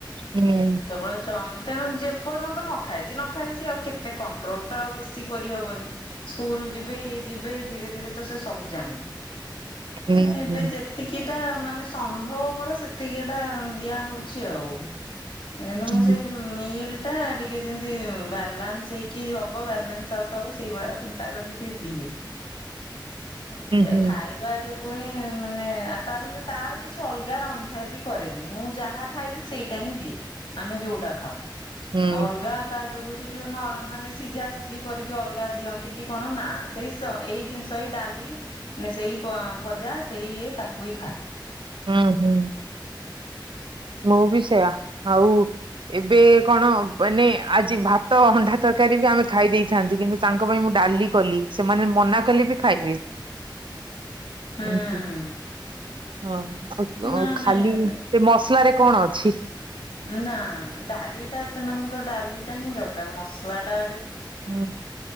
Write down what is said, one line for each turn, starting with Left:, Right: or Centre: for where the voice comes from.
Right: ହୁଁ
Left: କେବଳ <unintelligible> ଯେପର୍ଯ୍ୟନ୍ତ ନ ଖାଇଛି ନ ଖାଇଛି ଆଉ କେତେ କଣ୍ଟ୍ରୋଲ ତ ଆଉ ବେଶୀ କରିହେବନି। ସ୍କୁଲ ଯିବେ ଇଏ ଯିବେ ଧୀରେ ଧୀରେ ତ ସେ ସବୁ ଜାଣିବେ
Right: ହୁଁ ହୁଁ
Left: ଏବେ
Right: ହୁଁ ହୁଁ
Left: ଯେ ଯେତିକିଟା ମାନେ ସମ୍ଭବପର ସେତିକିଟା ଦିଆ ହଉଛି ଆଉ। କିନ୍ତୁ ମୁଁ ସେଇ
Right: ହୁଁ
Left: <unintelligible> ଟା ଟିକେ ଯେମିତି ବାଲାନ୍ସ ହେଇକି ହବ ବାଲାନ୍ସ ଆଉଟ ହବ ସେଇଭଳିଆ ଚିନ୍ତା କରିକି ଟିକେ ଦିଏ‌। <unintelligible>
Right: ହୁଁ ହୁଁ
Left: ଖାଇ ବା ଯୋଗୁ ହିଁ ମାନେ ତା ବୋଲି ତାର କିଛି ଅଲଗା ରନ୍ଧା ବି କରେନି ମୁଁ ଯାହା ଖାଇବେ ସେଇଟା ହିଁ ଦିଏ ଆମେ ଯୋଉଟା ଖାଉ
Right: ହୁଁ ହୁଁ
Left: ଅଲଗା ତା ଯୋଗୁଁ ସେ ଯୋଉ ମାନେ ସିଝା ସିଝି କରିକି ଅଲଗା ଦିଅନ୍ତି କି କଣ ନା। ସେଇ ଏଇ ଜିନିଷ ଏଇ ଡାଲି ସେଇ ଭଜା ସେଇ ଇଏ ତାକୁ ହିଁ ଖା।
Right: ହୁଁ ହୁଁ ମୁଁ ବି ସେୟା ଆଉ ଏବେ କଣ ମାନେ ଆଜି ଭାତ ଅଣ୍ଡା ତରକାରୀ ବି ଆମେ ଖାଇ ଦେଇଥାନ୍ତୁ କିନ୍ତୁ ତାଙ୍କ ପାଇଁ ମୁଁ ଡାଲି କଲି ସେମାନେ ମନା କଲେ ବି ଖାଇବେ
Left: <inaudible> ହୁଁ
Right: ଏମତି ହଁ
Left: ନା
Right: ଆଉ
Left: ନାଇଁ
Right: ଖାଲି ମସଲା ରେ କଣ ଅଛି
Left: ନା ଡାଲି ଟା ସେମାନଙ୍କୁ ତ ଡାଲି ଟା ହିଁ ଦରକାର ମସଲାଟା
Right: ହୁଁ